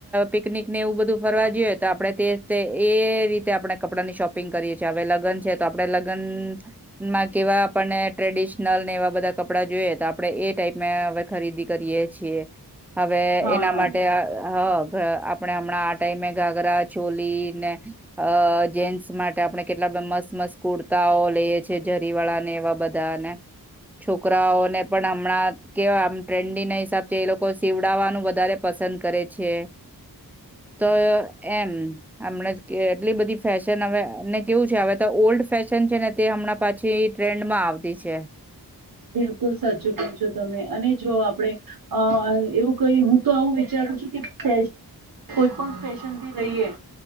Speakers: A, in the centre; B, on the right.
A: પિકનિક ને એવું બધું ફરવા જો તો આપણે એ રીતે આપણે કપડાની શોપિંગ કરીએ છીએ એ હ લગન છે. તો આપણે લગ્નમાં કેવા આપણને ટ્રેડિ નલ ને એવા બધા કપડાં જોઈએ તો આપડે એ ટાઈપ હ ખરીદી કરીએ છીએ. હવે
B: હા
A: એના માટે હ હ આપણે હમણાં આ ટાઈમે ઘાઘરા ચોલી ને અ જેન્સ માટે આપણે બ મસ મસ કુર્તાઓ લેયે છે ઝેરી વાળાને નેવા બધા ને. છોકરાઓને પણ હમણાં કેવા આમ ટ્રેન્ડી ના હિસાબથી એ લોકો સીવડાવાનું વધારે પસંદ કરે છે. તો એમ હમણા એટલી બધી ફેશન હવે કેવુ હવે ઓલ્ડ ફેશન છે. ને તે હમણાં પાછી ટ્રેન્ડમાં આવતી છે.
B: બિલકુલ સાચું કહ્યું છે તમે અને જો આપડે અ એવું કહી હું તો આમ વિચારું છું કે <unintelligible> પણ ફેશન થી રહીયે